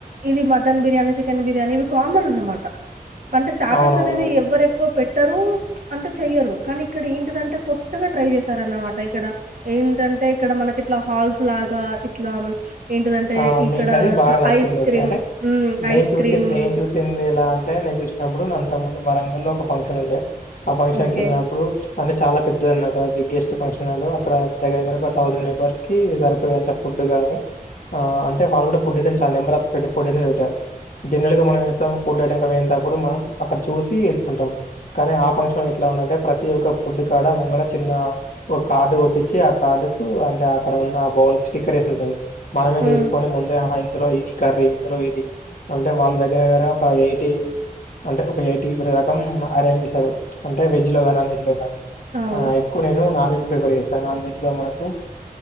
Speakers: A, on the right; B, on the left.
A: ఇది మటన్ బిర్యానీ చికెన్ బిర్యానీ ఇవి కామన్ అన్ మాట అంటే స్టాటస్
B: అవునవునండి
A: అనేది ఎవ్వరు ఎక్కువ పెట్టరు అంత చెయ్యరు కానీ ఇక్కడ ఏంటిదంటే కొత్తగా ట్రై చేశారన్నమాట ఇక్కడ ఏంటంటే ఇక్కడ మన ఇట్లా హాల్స్ లాగా ఇట్లా ఏంటిదంటే
B: ఆ
A: ఇక్కడ
B: మీకు అది బాగా
A: అ
B: నచ్చింది
A: ఐస్
B: ఓకే
A: క్రీమ్
B: అంటే
A: హ్మ్
B: నేను
A: ఐస్
B: చూసి
A: క్రీమ్
B: నేను చూసింది ఎలా అంటే నేన్ చూసినప్పుడు అంత ముందు వరంగల్ లో ఒక ఫంక్షన్ ఉండే ఆ ఫంక్షన్
A: ఓకే.
B: వెళ్ళినప్పుడు అంటే చాలా పెద్దది అన్నట్ అది బిగ్గెస్ట్ ఫంక్షన్ హాలు అక్కడ దగ్గర దగ్గర ఒక థౌసండ్ మెంబర్స్ కి సరిపోయేంత ఫుడ్ గాని ఆ అంటే వాళ్ళు కూడా food items number of food item లు పెట్టారు జనరల్ గా మనం చేస్తాం ఫుడ్ ఐటమ్ వేయినటప్పుడు మనం అక్కడ చూసి వేసుకుంటాం కానీ ఆ ఫంక్షన్ ఎట్లా అంటే ప్రతి ఒక్క ఫుడ్ కాడ ముంగడ చిన్న ఒక కార్డు కొట్టించి ఆ కార్డు కు అంటే అక్కడ ఉన్న ఆ బౌల్ కి స్టిక్కర్ ఎసి ఉంటది మనమే
A: హ్మ్.
B: చూసుకొని ముందే ఆహ ఇందులో ఇది కర్రీ ఇందులో ఇది అంటే వాళ్ళ దగ్గర దగ్గర ఒక ఎయిటీ అంటే ఒక ఎయిటీ ద్ ఫ్రమ్ అరేంజ్ చేసారు అంటే వెజ్ లో గాని నాన్ వెజ్ లో గాని
A: అవును.
B: ఆ ఎక్కువ నేను నాన్ వెజ్ ప్రిపేర్ చేస్తా నాన్ వెజ్ లొ మనకు